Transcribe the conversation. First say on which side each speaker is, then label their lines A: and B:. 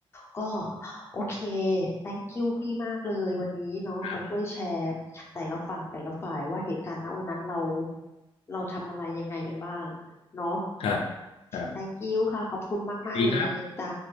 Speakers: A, on the left; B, on the left.
A: ก็โอเค thank you พี่มากเลยวันนี้เนาะมาช่วยแชร์
B: ครับ
A: แต่ละฝั่งแต่ละฝ่ายว่าเหตุการณ์ณวันนั้นเราเราทำอะไรยังไงกันบ้างเนาะ
B: ครับครับ
A: thank you ค่ะขอบคุณมากๆเลยจ้า
B: ดีครับ